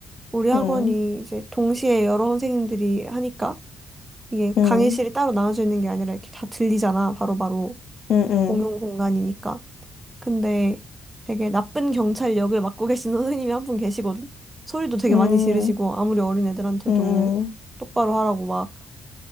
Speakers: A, on the right; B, on the left.
A: 우리 학원이
B: 음,
A: 이제 동시에 여러 선생님들이 하니까 이게
B: 음,
A: 강의실이 따로 나눠져 있는 게 아니라 이렇게 다 들리잖아. 바로바로
B: 음, 음.
A: 공용 공간이니까. 근데 되게 나쁜 경찰 역을 맡고 계신 <laughs> 선생님이 한 분 계시거든? 소리도 되게
B: 음,
A: 많이 지르시고, 아무리 어린 애들한테도
B: 음, 음,
A: 똑바로 하라고 막.